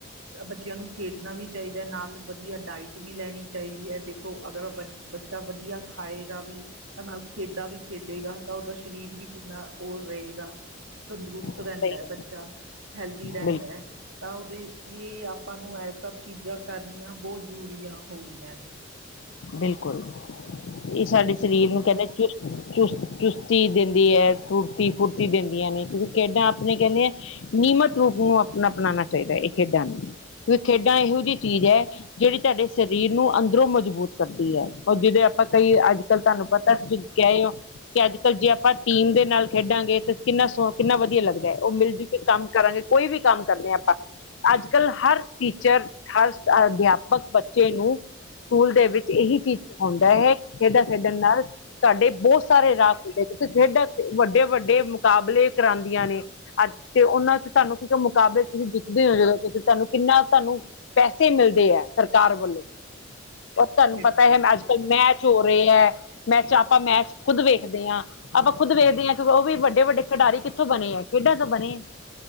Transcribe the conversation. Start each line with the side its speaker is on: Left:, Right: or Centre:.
Right: ਕੱਲ ਬੱਚਿਆਂ ਨੂੰ ਖੇਡਣਾ ਵੀ ਚਾਹੀਦਾ ਹੈ ਨਾਲ ਵਧੀਆ ਡਾਇਟ ਵੀ ਲੈਣੀ ਚਾਹੀਦੀ ਐ। ਦੇ ਖੋ ਅਗਰ ਬ ਬੱਚਾ ਵਧੀਆ ਖਾਏਗਾ ਵੀ ਤਾਂ ਨਾਲ ਖੇਡਾਂ ਵੀ ਖੇਡੇਗਾ ਤਾਂ ਉਹਦਾ ਸਰੀਰ ਵੀ ਕਿੰਨਾ ਉਹ ਰਹੇਗਾ, ਤੰਦਰੁਸਤ ਰਹਿੰਦਾ
Left: ਸਹੀ
Right: ਐ
Left: ਗੱਲ
Right: ਬੱਚਾ। ਹੈਲਦੀ ਰਹਿੰਦਾ
Left: ਬਿਲਕੁਲ
Right: ਐ। ਤਾਂ ਉਹਦੇ ਲਈ ਆਪਾਂ ਨੂੰ ਇਹ ਸਭ ਚੀਜ਼ਾਂ ਕਰਨੀਆਂ ਬਹੁਤ ਜ਼ਰੂਰੀਆਂ ਹੋ ਗਈਆਂ ਨੇ।
Left: ਬਿਲਕੁਲ ਇਹ ਸਾਡੇ ਸਰੀਰ ਨੂੰ ਕਹਿੰਦੇ ਚੁਸਤ- ਚੁਸਤ -ਚੁਸਤ ਚੀਜ਼ ਦਿੰਦੀ ਹੈ ਫਤੀ ਫੁਰਤੀ ਦਿੰਦੀਆਂ ਨੇ ਤੁਸੀਂ ਕਿੱਡਾਂ ਆਪਣੇ ਕਹਿੰਦੇ ਐ, ਨਿਯਮਤ ਰੂਪ ਨੂੰ ਆਪਣਾ ਅਪਣਾਉਣਾ ਚਾਹੀਦਾ ਇਹ ਖੇਡਾਂ ਨੂੰ, ਏ ਖੇਡਾਂ ਇਹੋ ਜਿਹੀ ਚੀਜ਼ ਹੈ, ਜਿਹੜੀ ਤੁਹਾਡੇ ਸਰੀਰ ਨੂੰ ਅੰਦਰੋਂ ਮਜ਼ਬੂਤ ਕਰਦੀ ਐ ਉਹ ਜਿਹਦੇ ਆਪਾਂ ਕਈ ਅੱਜ ਕੱਲ ਤੁਹਾਨੂੰ ਪਤਾ ਤੁਸੀਂ ਕਹਿਹੇ ਹੋ ਕਿ ਅੱਜ ਕੱਲ ਜੇ ਆਪਾਂ ਟੀਮ ਦੇ ਨਾਲ ਖੇਡਾਂਗੇ ਤੇ ਕਿੰਨਾ ਸੋਹ ਕਿੰਨਾ ਵਧੀਆ ਲੱਗਦਾ ਹੈ ਉਹ ਮਿਲ ਜੁ ਕੰਮ ਕਰਾਂਗੇ ਕੋਈ ਵੀ ਕੰਮ ਕਰਦੇ ਹਾਂ ਆਪਾਂ। ਅੱਜ ਕੱਲ੍ਹ ਹਰ ਟੀਚਰ ਹਰ ਅਧਿਆਪਕ ਬੱਚੇ ਨੂੰ ਸਕੂਲ ਦੇ ਵਿੱਚ ਇਹੀ ਚੀਜ਼ ਹਉਂਦਾ ਹੈ ਖੇਡਾਂ ਖੇਡਣ ਨਾਲ ਤੁਹਾਡੇ ਬਹੁਤ ਸਾਰੇ ਰਾਹ ਖੁਲਦੇ ਕਿਉਕਿ ਖੇਡਾਂ ਵੱਡੇ ਵੱਡੇ ਮੁਕਾਬਲੇ ਕਰਾਉਦੀਆਂ ਨੇ। ਅੱ ਤੇ, ਉਹਨਾਂ ਚ ਤੁਹਾਨੂੰ ਕਿ ਮੁਕਾਬਲੇ ਤੁਸੀਂ ਦਿਖਦੇ ਹੋ ਜਦੋਂ ਕਿ ਤੁਹਾਨੂੰ ਕਿੰਨਾ ਤੁਹਾਨੂੰ ਪੈਸੇ ਮਿਲਦੇ ਐ ਸਰਕਾਰ ਵੱਲੋਂ। ਔਰ ਤੁਹਾਨੂੰ
Right: ਬਿਲਕੁਲ
Left: ਪਤਾ ਹੈ
Right: ਬਿਲਕੁਲ
Left: ਅੱਜ ਕੱਲ੍ਹ ਮੈਚ ਹੋ ਰਹੇ ਹੈ ਮੈਚ ਆਪਾਂ ਮੈਚ ਖੁਦ ਵੇਖਦੇ ਆ। ਆਪਾਂ ਖੁਦ ਵੇਖਦੇ ਆ ਕਿ ਉਹ ਵੀ ਵੱਡੇ- ਵੱਡੇ ਖਿਡਾਰੀ ਕਿੱਥੋਂ ਬਣੇ ਐ ਖੇਡਾਂ ਤੋਂ ਬਣੇ ਐ।